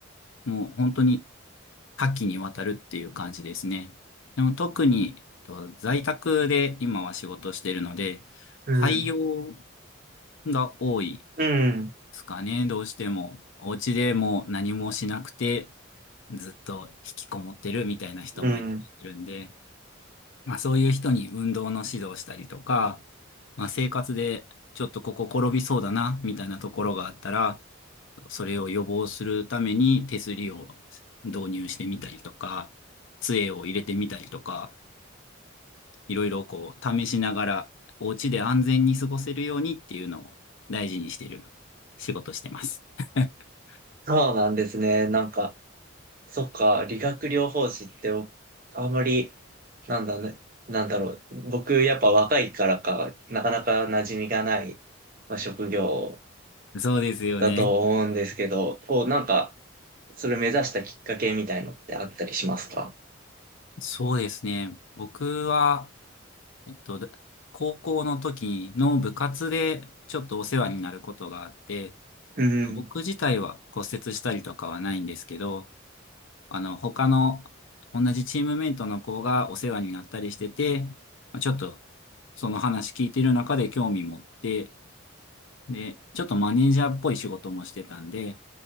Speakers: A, on the left; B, on the right.
A: もう本当に多岐にわたるっていう感じですね。でも特にと在宅で今は仕事してるので、
B: うん。
A: 廃業が多い
B: うん。
A: ですかね、どうしても。お家でもう何もしなくて、ずっと引きこもってるみたいな人もいるんで、
B: うん。
A: まあそういう人に運動の指導したりとか、まあ生活でちょっとここ転びそうだな、みたいなところがあったら、それを予防するために手すりを導入してみたりとか、杖を入れてみたりとか、いろいろこう試しながら、お家で安全に過ごせるようにっていうのを大事にしてる仕事してます。<laughs>
B: そうなんですね。なんか、そっか、理学療法士って僕、あんまり、なんだね、なんだろう。僕、やっぱ若いからか、なかなか馴染みがない、まあ、職業
A: そうですよね。
B: だと思うんですけど、こう、なんか、それ目指したきっかけみたいのってあったりしますか
A: そうですね。僕は、えっと、高校の時の部活でちょっとお世話になることがあって、
B: うん。
A: 僕自体は骨折したりとかはないんですけど、あの、他の同じチームメイトの子がお世話になったりしてて、まあちょっとその話聞いてる中で興味持って、で、ちょっとマネージャーっぽい仕事もしてたんで、